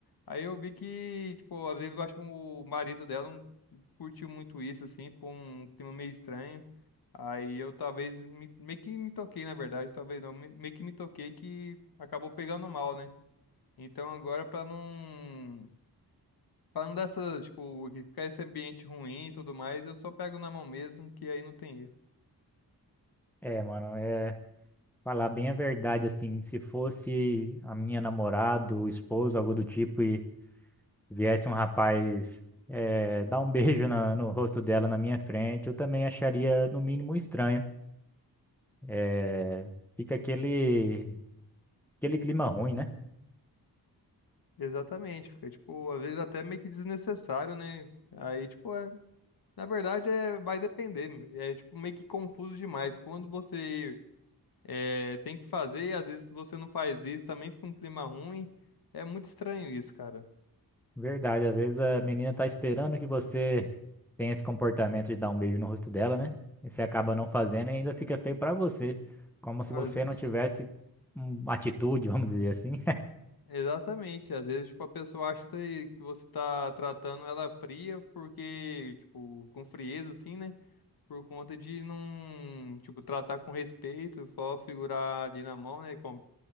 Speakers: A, on the left; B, in the centre.
A: Aí eu vi que, tipo, às vezes eu acho que o marido dela não curtiu muito isso, assim, ficou um clima meio estranho. Aí eu talvez me- meio que me toquei, na verdade, talvez não, me- meio que me toquei que acabou pegando mal, né? Então agora pra não para não dar essa, tipo, que ficar esse ambiente ruim e tudo mais, eu só pego na mão mesmo, que aí não tem erro.
B: É, mano, é falar bem a verdade, assim. Se fosse a minha namorada, ou esposa, algo do tipo, e viesse um rapaz é, dar um <laughs> beijo na- no rosto dela na minha frente, eu também acharia, no mínimo, estranho. É, fica aquele, aquele clima ruim, né?
A: Exatamente, fica tipo, às vezes até meio que desnecessário, né? Aí tipo, é, na verdade é vai depender, é tipo meio que confuso demais. Quando você é, tem que fazer e às vezes se você não faz isso, também fica um clima ruim. É muito estranho isso, cara.
B: Verdade, às vezes a menina tá esperando que você tenha esse comportamento de dar um beijo no rosto dela, né? E você acaba não fazendo e ainda fica feio pra você, como se
A: às
B: você
A: vezes.
B: não tivesse uma atitude, <laughs> vamos dizer assim.
A: Exatamente. Às vezes, tipo, a pessoa acha que que você tá tratando ela fria porque, tipo, com frieza, assim, né? Por conta de não, tipo, tratar com respeito, só figurar ali na mão, né? com-